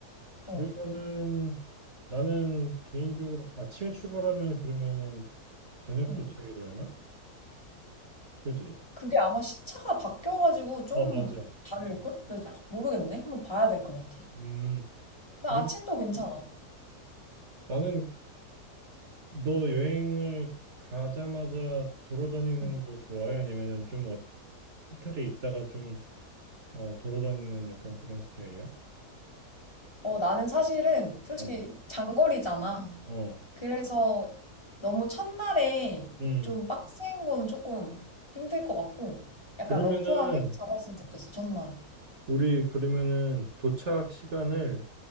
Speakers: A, on the right (about 50°); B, on the left (about 15°).
A: 그러면은
B: 어,
A: 나는 개인적으로 아침에 출발하면 그러면은 저녁
B: 응.
A: 도착이려나? 그지?
B: 그게 아마 시차가 바뀌어가지고 좀
A: 어, 맞아.
B: 다를걸? 나 모르겠네. 한번 봐야 될 것 같아.
A: 음,
B: 나
A: 그리고
B: 아침도 괜찮아.
A: 나는 너 여행을 가자마자 돌아다니는
B: 응.
A: 걸 좋아해? 아니면은 좀 어떻게, 호텔에 있다가 좀 어, 돌아다니는 약간 그런 스타일이야?
B: 어, 나는 사실은 솔직히
A: 어,
B: 장거리잖아.
A: 어,
B: 그래서 너무 첫날에
A: 음.
B: 좀 빡센 거는 조금 힘들 것 같고, 약간
A: 그러면은
B: 러프하게 잡았으면 좋겠어, 첫날은.
A: 우리 그러면은 도착 시간을